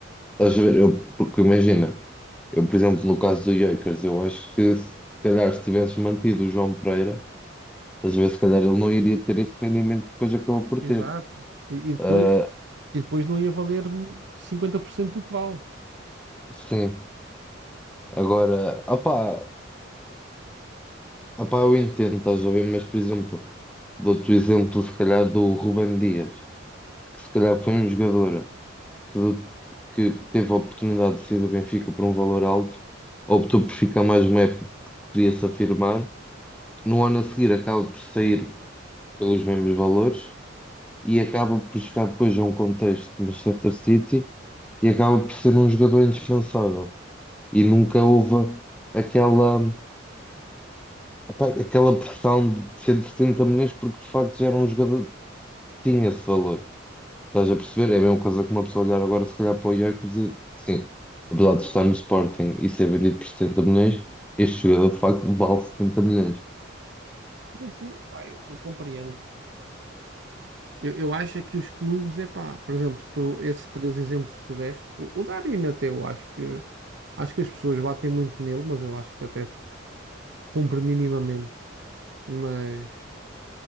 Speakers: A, in the centre; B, on the right (about 60°).
A: Estás a ver? Eu, porque imagina, eu, por exemplo, no caso do Jokers, eu acho que se calhar se tivesse mantido o João Pereira, às vezes se calhar ele não iria ter esse rendimento que depois acabou por
B: Exato.
A: ter.
B: E, e depois,
A: Ah,
B: e depois não ia valer 50% do que vale.
A: sim. Agora, opá, opá, eu entendo, estás a ver? Mas, por exemplo, dou-te o exemplo, se calhar, do Ruben Dias, que se calhar foi um jogador que, do- que teve a oportunidade de sair do Benfica por um valor alto, optou por ficar mais uma época porque queria se afirmar. No ano a seguir acaba por sair pelos mesmos valores e acaba por chegar depois a um contexto de Manchester City e acaba por ser um jogador indispensável. E nunca houve aquela, epá, aquela pressão de 170 milhões porque de facto já era um jogador que tinha esse valor. Estás a perceber? É a mesma coisa que uma pessoa olhar agora se calhar para o Gyökeres e dizer, sim, apesar de estar no Sporting e ser vendido por 70 milhões, este jogador de facto vale 70 milhões.
B: Sim, sim, pá, eu, eu compreendo. Eu, eu acho é que os clubes, epá, por exemplo, se tu- esses três exemplos que tu deste, o, o Darwin até eu acho que acho que as pessoas batem muito nele, mas eu acho que até cumpre minimamente. Mas